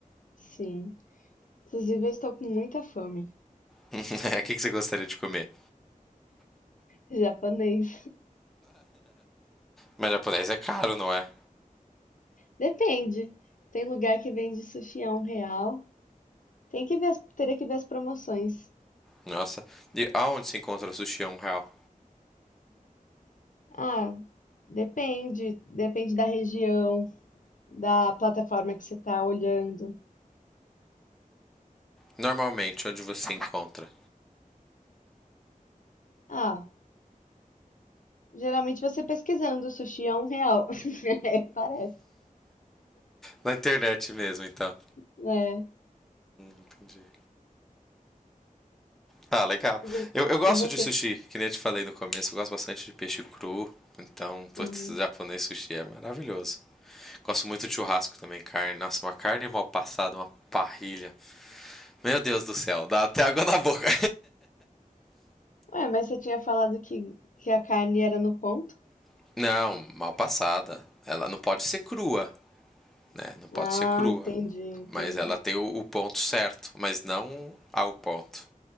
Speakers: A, on the left; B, in the centre.
A: Sim. Inclusive, eu estou com muita fome.
B: <laughs> o que que você gostaria de comer?
A: <laughs> Japonês.
B: Mas japonês é caro, não é?
A: Depende. Tem lugar que vende sushi a um real. Tem que ver, as- teria que ver as promoções.
B: Nossa. E aonde se encontra sushi a um real?
A: Ah, depende. Depende da região, da plataforma que você tá olhando.
B: Normalmente, onde você encontra?
A: Ah, geralmente você pesquisando sushi a um real. <laughs> É, Parece.
B: Na internet mesmo, então.
A: É.
B: Entendi. Ah, legal.
A: E vo-
B: Eu, eu gosto
A: e você.
B: de sushi, que nem eu te falei no começo. Eu gosto bastante de peixe cru. Então, putz,
A: Uhum.
B: japonês sushi é maravilhoso. Gosto muito de churrasco também, carne. Nossa, uma carne mal passada, uma parrilha. Meu Deus do céu, dá até água na boca.
A: Ué, mas você tinha falado que, que a carne era no ponto?
B: <laughs> não, mal passada. Ela não pode ser crua, né? Não pode
A: Ah,
B: ser crua.
A: entendi, entendi.
B: Mas ela tem o, o ponto certo, mas não ao ponto.